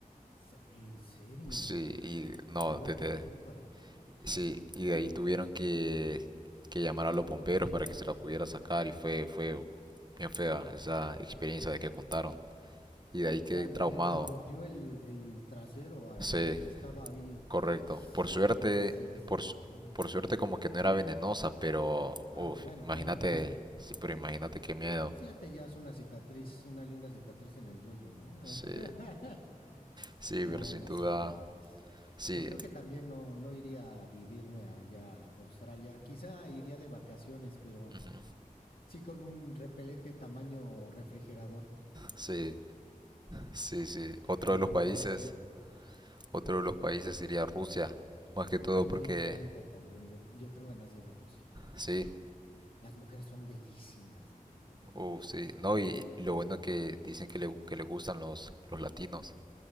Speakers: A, on the left (about 85°); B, on the right (about 30°).
A: Se- En serio.
B: Sí, y no,
A: Y luego
B: te, te-
A: cobra, güey.
B: sí, y de ahí tuvieron que que llamar a los bomberos para que se la pudiera sacar y fue fue bien fea esa experiencia de que contaron. y de ahí
A: O
B: quedé
A: sea,
B: traumado.
A: le, le mordió el, el trasero al
B: Sí,
A: que estaba ahí.
B: correcto. Por suerte,
A: No seas
B: por,
A: mamón.
B: su- por suerte como que no era venenosa, pero
A: Ah,
B: uff,
A: bueno,
B: imagínate,
A: menos mal.
B: sí, pero imagínate qué miedo.
A: Pues Ya te llevas una cicatriz, una linda cicatriz en el yoyo, ¿no?
B: Sí,
A: <laughs>
B: sí,
A: No,
B: pero sin
A: no,
B: duda,
A: sí, no manches.
B: sí,
A: Yo creo que también no, no iría a vivirme allá a Australia. Quizá iría de vacaciones, pero
B: ujú,
A: sí con un repelente tamaño refrigerador,
B: sí, sí, sí. Otro
A: como
B: de los
A: por
B: países,
A: cualquier.
B: otro de los países sería Rusia, más que todo
A: A me
B: porque,
A: encanta también. Yo, yo tengo ganas de ir a Rusia también.
B: sí,
A: Las mujeres son bellísimas, güey, no mames.
B: uff, sí, no, y, y lo bueno que dicen que le, que le gustan los, los latinos.